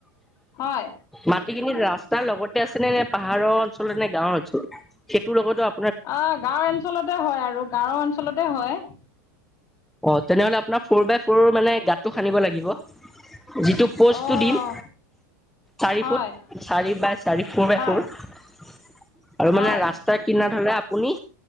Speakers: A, on the left; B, in the centre.
A: হয়।
B: মাটিখিনি ৰাস্তাৰ লগতে আছে নে নে পাহাৰৰ অঞ্চলত নে গাঁওৰ অঞ্চলত? সেইটোৰ লগতো আ
A: অ গাঁওৰ অঞ্চলতে হয় আৰু গাঁওৰ অঞ্চলতে হয়।
B: অ তেনেহ'লে আপোনাৰ ফৰ বাই ফৰৰ মানে গাঁতটো সানিব লাগিব। যিটো পষ্টটো
A: অঁ
B: দিম চাৰি
A: হয়
B: ফুট চাৰি বাই চাৰি ফৰ বাই
A: হয়
B: ফৰ। আৰু মানে
A: হয়
B: ৰাস্তা কিনাৰৰ হ'লে আপুনি